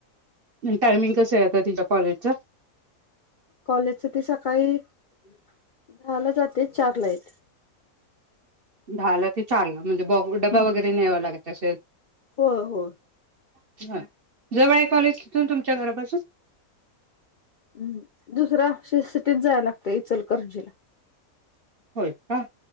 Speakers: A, on the right; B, on the left.
A: टायमिंग कस आहे आता तिच्या कॉलेजच?
B: कॉलेजच ते सकाळी दहा ला जाते चार ला येते.
A: दहा ला ते चारला, म्हणजे बा डबा
B: हम्म
A: वगैरे न्यावा लागत असेल?
B: हो हो.
A: <unintelligible> जवळ आहे कॉलेज तिथून तुमच्या घरापासून?
B: ऊहू दुसरा <unintelligible> सिटीत जायला लागतय, इचलकरंजीला.
A: होय का?